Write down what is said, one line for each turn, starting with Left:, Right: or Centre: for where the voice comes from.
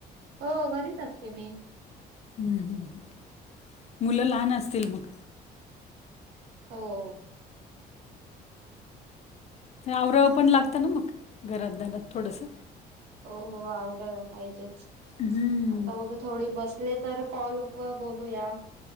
Right: हो घरीच असते मी
Left: हम् ह मुलं लहान असतील मग
Right: हो.
Left: तर आवरावं पण लागतं ना मग घरात जानात थोडंसं.
Right: हो हो आवड पाहिजेच.
Left: हम्म,
Right: आता बोल थोडी बसले तर कॉलक बोलूया.